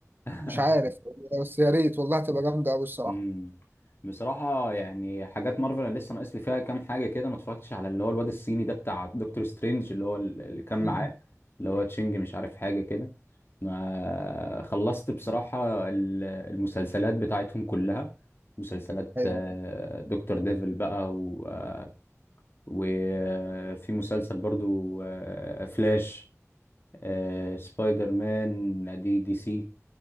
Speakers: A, on the left; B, on the right.
A: <laughs>
B: مش عارف بس يا ريت والله هتبقى جامده قوي الصراحه
A: امم بصراحة يعني حاجات مارفل انا لسه ناقص لي فيها كام حاجة كده ما اتفرجتش على اللي هو الواد الصيني ده بتاع دكتور سترينج اللي هو ال- اللي كان
B: م-
A: معاه
B: م.
A: اللي هو تشينج مش عارف حاجة كده ما خلصت بصراحة ال- المسلسلات بتاعتهم كلها مسلسلات
B: ايوه
A: آه، دكتور ديفل بقى و- آه، وفي مسلسل برضو آه، فلاش آه، سبايدر مان دي دي سي